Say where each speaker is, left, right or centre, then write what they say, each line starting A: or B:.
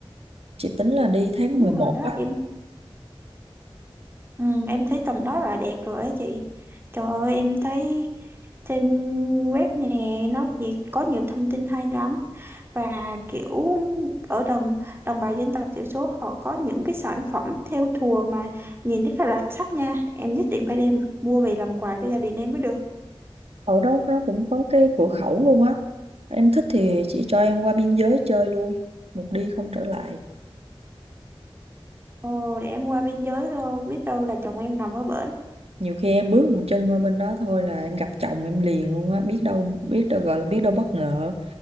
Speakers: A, on the right; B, on the right.
A: chị tính là đi tháng
B: đúng
A: mười một
B: rồi đó
A: á
B: em ừm, em thấy tầm đó là đẹp rồi á chị trời ơi em thấy trên web nè nó nhiều- có nhiều thông tin hay lắm và kiểu ở đồng đồng bào dân tộc thiểu số họ có những cái sản phẩm thêu thùa mà nhìn rất là đặc sắc nha em nhất định phải đem mua về làm quà cho gia đình em mới được
A: ở đó nó cũng có cái cửa khẩu luôn á em thích thì chị cho em qua biên giới chơi luôn một đi không trở lại
B: ồ để em qua biên giới đâu biết đâu là chồng em nằm ở bển
A: nhiều khi em bước một chân qua bên đó thôi là em gặp chồng em liền luôn á biết đâu biết đâu gọi là biết đâu bất ngờ